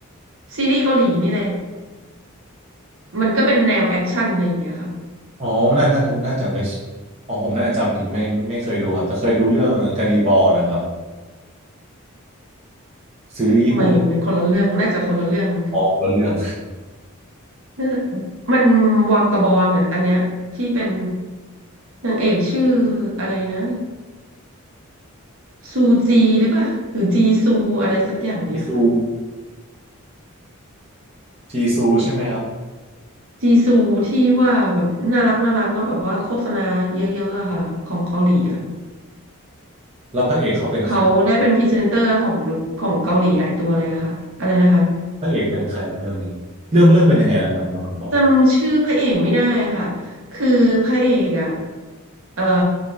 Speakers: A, on the right; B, on the right.
A: ซีรีส์เกาหลีนี่แหละมันก็เป็นแนวแอคชั่นอะไรอย่างเงี้ยค่ะ
B: อ๋อน่าน่าน่าจะไม่ใช่อ๋อผมน่าจะจำผิดไม่ไม่เคยดูครับแต่เคยดูเรื่องการนิบอลนะครับซีรีส์ญี่ปุ่น
A: ไม่มันคนละเรื่องน่าจะคนละเรื่อง
B: อ๋อคนละเรื่อง
A: เออมันวากาบอลอ่ะอันเนี้ยที่เป็นนางเอกชื่ออะไรนะซูจีหรือเปล่าหรือจีซูอะไรสักอย่างเนี่ยค่ะ
B: จีซูจีซู <laughs> ใช่ไหมครับ
A: จีซูที่ว่าแบบน่ารักน่ารักแล้วแบบว่าโฆษณาเยอะๆอะค่ะของเกาหลีอะ
B: แล้วพระเอกเขาเป็นใคร
A: เขาได้เป็นพรีเซนเตอร์ของของเกาหลีหลายตัวเลยอะค่ะอะไรนะคะ
B: พระเอกเป็นใครครับเรื่องนี้เรื่องเรื่องเป็นยังไงนะครับเราก็บอก
A: จำชื่อพระเอกไม่ได้อะค่ะคือพระเอกอะเออ